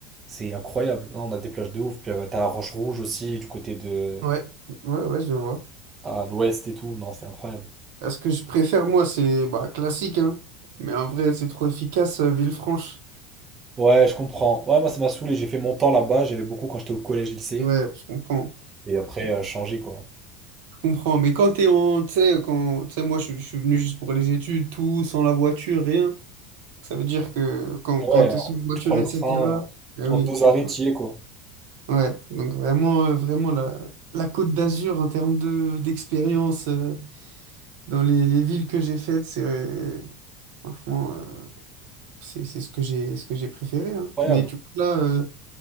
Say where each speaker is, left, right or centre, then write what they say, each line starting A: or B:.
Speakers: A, on the right (about 20°); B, on the right (about 75°).
A: C'est incroyable. Non, on a des plages de ouf. Puis euh, t'as la Roche Rouge aussi, du côté de,
B: Ouais, ouais, ouais, je vois.
A: à l'ouest et tout. Non, c'est incroyable.
B: Parce que je préfère, moi, c'est bah, classique, hein. Mais en vrai, c'est trop efficace, euh, Villefranche.
A: Ouais, je comprends. Ouais, moi, ça m'a saoulé. J'ai fait mon temps là-bas. J'allais beaucoup quand j'étais au collège-lycée.
B: Ouais, je comprends.
A: Et après, euh, changer, quoi.
B: Je comprends. Mais quand t'es en. Tu sais, quand. Tu sais, moi, je, je suis venu juste pour les études, tout, sans la voiture, rien. Ça veut dire que quand,
A: Ouais,
B: quand t'es
A: alors,
B: sans voiture,
A: tu prends le
B: et etc.
A: train, euh,
B: Ah
A: en
B: oui,
A: deux
B: tu
A: arrêts,
B: peux-
A: t'y es, quoi.
B: Ouais, donc vraiment, euh, vraiment la, la Côte d'Azur en termes de, d'expérience euh, dans les, les villes que j'ai faites, c'est. euh, Franchement, euh, c'est c'est ce que j'ai ce que j'ai préféré. hein.
A: Incroyable.
B: Mais tu vois, là, euh,